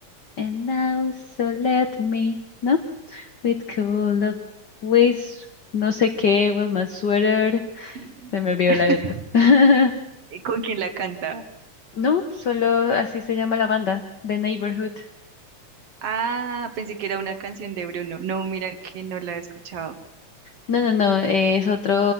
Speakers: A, on the left; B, on the right.
A: and now so let me, ¿no? With cool ways, no sé qué, with my sweater.
B: Mm.
A: Se me olvidó
B: <laughs>
A: la letra. <laughs>
B: ¿Y ¿Con quién la canta?
A: No, solo así se llama la banda, The Neighborhood.
B: Ah, pensé que era una canción de Bruno. No, mira que no la he escuchado.
A: No, no, no, eh, es otro,